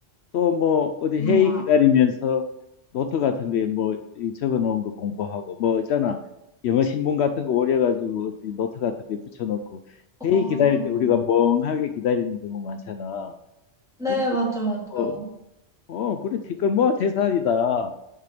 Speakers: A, on the left (about 70°); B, in the centre.
A: 또 뭐 어디
B: 어,
A: 회의 기다리면서 노트 같은 거에 뭐 이 적어 놓은 거 공부하고 뭐 있잖아. 영어 신문 같은 거 오려 가지고 어디 노트 같은 데 붙여 놓고
B: 어,
A: 회의 기다릴 때 우리가 멍하게 기다리는 경우 많잖아.
B: 네,
A: 그렇게
B: 맞죠,
A: 어,
B: 맞죠.
A: 어 그래 티끌 모아 태산이다.